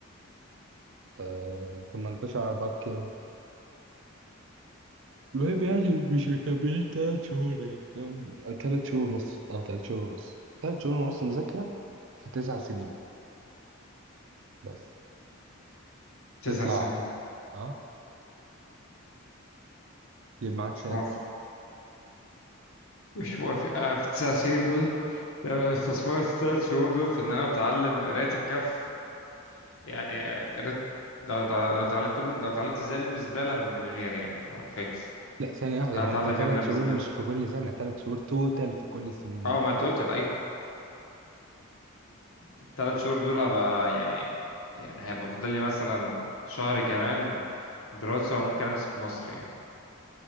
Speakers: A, on the right; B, on the left.
A: آه... 18 اربعه بكام المهم يعني مش مكملين تلات شهور يعني فاهم تلات شهور ونص أو تلات شهور ونص تلات شهور ونص مذاكرة في تسع سنين بس
B: تسع
A: تطلع
B: سنين
A: أه يبقى معاك
B: مش
A: شهادة
B: موافق مش موافق آه في تسع سنين دول آه، استثمرت التلات شهور دول في إن أنا أتعلم قراية الكف يعني آه، قريت لو تع- لو اتعلمتهم لو اتعلمت ازاي الم زباله هبقى مليونير يعني آه، فيكس
A: لا ثانية واحدة
B: انا
A: هو
B: هتعلم
A: أنت تلات
B: في يوم لم
A: شهور
B: زباله
A: مش في كل سنة تلات شهور توتال في كل السنين
B: اه
A: دي
B: ما توتال ايوه الثلاث شهور دول هبقى يعني يعني هيبقى فاضل لي مثلا شهر كمان دراسه وممكن امسك مصر يعني